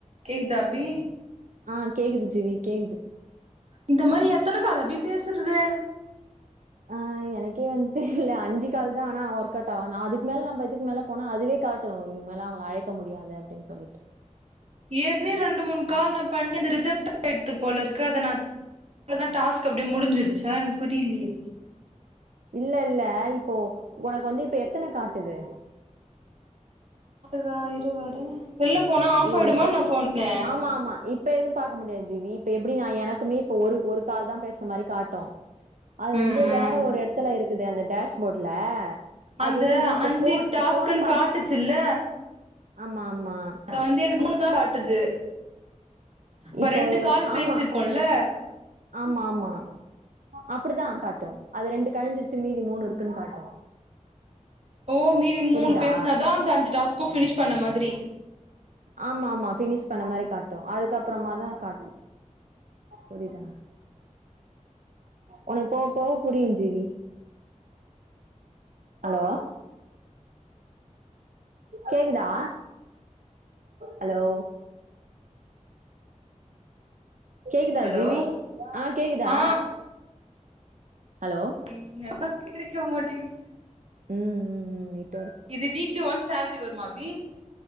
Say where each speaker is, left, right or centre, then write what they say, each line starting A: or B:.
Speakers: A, on the right (about 55°); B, on the right (about 85°).
A: கேக்குதா பி
B: ஆ கேக்குது ஜீவி கேக்குது
A: இந்த மாரி எத்தன கால் அபி பேசுற்து
B: ஆ எனக்கே வந்து தெர்ல அஞ்சு கால்தா ஆனா ஒர்க்கோட்ஆவு நா அதுக் மேல நம்ப இதுக்கு மேல போனா அதுவே காட் டு இதுக் மேல அவுங்ள அழைக்க முடியாது அப்டின் சொல்லிட்டு
A: ஏற்க்னே ரெண்டு மூண் கால் நா பண்ணி அது ரிஜெக்ட் ஆய்ட்த்து போலருக்கு அத நா வ்ளதா டாஸ்க் அப்டே முடிஞ்சுருச்சா எனக் புரிய்லியே
B: இல்லல்ல இப்போ ஒனக்கு வந்து இப்ப எத்தன காட்டுது
A: காட்டுதா இரு வர வெள்ள போனா ஆஃப்
B: இரு இரு
A: ஆய்டுமா
B: இப்ப
A: இன்ன ஃபோனு
B: ஆமா இப் இப்ப எது பாக்க முடியாது ஜீவி இப்ப எப்புடி நா எனக்குமே இப்ப ஒரு ஒரு கால்தா பேச மாரி காட்டு அது
A: ம்
B: வந்து
A: ம்
B: வேற ஒரு எட்த்துல இருக்குது அந்த டேஷ்போட்ல அது
A: அந்த
B: வந்து நீ இப்ப
A: அஞ்சு
B: ஃபோன்
A: டாஸ்க்குன்னு
B: ஃபோன் பன்
A: காட்டுச்சுல்ல
B: ஆமா ஆமா
A: க வந்து எனக்கு மூணுதா காட்டுது இப்ப
B: இப்போ
A: ரெண்டு கால்
B: ஆமா
A: பேசிருக்கோல்ல
B: ஆமா ஆமா அப்புடுதா காட்டு அது ரெண்டு கழிஞ்சிருச் சி மீதி மூணு இருக்குன் காட்டு
A: ஓ மதி
B: புரியுதா
A: மூணு பேஸ்னாதா அந்த அஞ்சு டாஸ்கு பினிஷ் பண்ண மாதுரி
B: ஆமாமா பினிஷ் பண்ண மாரி காட்டு அதுக்கப்றமா தா காட்டு புரிதா ஒனக் போவ போவ புரியு ஜீவி ஹலோ கேக்குதா ஹலோ கேக்குதா
A: ஹலோ
B: ஜீவி அ கேக்குதா
A: ஆ
B: ஹலோ
A: இ நெகா கெடக்க மாட்டேங்
B: ம் ம் ம் தி
A: இது வீக்லி ஒன்ஸ் சேல்ரி வருமா அபி